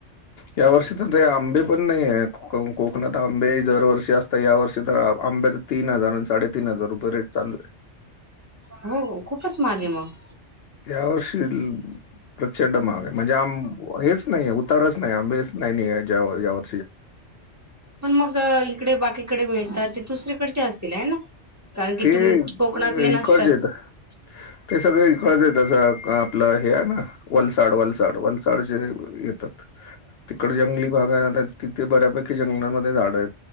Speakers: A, on the left; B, on the right.
A: या वर्षी तर ते आंबे पण नाही आहे कोकणात आंबे दरवर्षी असत या वर्षी तर आंब्याचा तीन हजार आणि साडे तीन हजार रुपये रेट चालू आहे.
B: हो खूपच मागे मग
A: या वर्षी प्रचंड माग आहे म्हणजे आम हेच नाही उपकारच नाही आंबेच नाही वर वर
B: पण मग इकडे बाकीकडे मिळतात ते दुसरीकडचे असतील आहे ना. कारण की
A: ते
B: तुम कोकणातले नसतात.
A: रकजेत ते सगळे कळच आहे तसं आपलं हे आहे ना वलसाड वलसाड वलसाड जे येतात तिकड जंगली भागा हाय तिथे बऱ्यापैकी जंगलामध्ये झाड आहेत